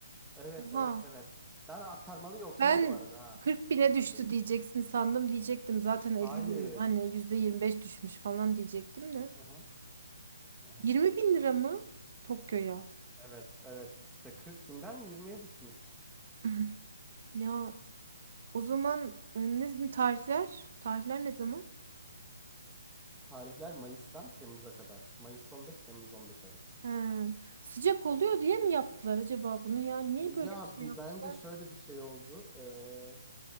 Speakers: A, in the centre; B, on the right (about 45°).
A: Evet
B: oha.
A: evet evet. Ben aktarmalıya okeyim
B: Ben
A: bu arada ha.
B: 40
A: Hiç
B: bine
A: problem
B: düştü
A: değil.
B: diyeceksin sandım diyecektim. Zaten 50
A: Hayır.
B: bin hani yüzde 25 düşmüş falan diyecektim de.
A: Hı hı. hı hı.
B: 20 bin lira mı? Tokyo'ya.
A: Evet, evet. İşte 40 binden 20'ye düşmüş.
B: <clears throat> Ya o zaman e, ne tarihler? Tarihler ne zaman?
A: Tarihler Mayıs'tan Temmuz'a kadar. Mayıs 15, Temmuz 15 arası.
B: Ha, sıcak oluyor diye mi yaptılar acaba bunu ya? Niye böyle
A: Ya
B: bir şey
A: bir
B: yaptılar?
A: bence şöyle bir şey oldu. Ee,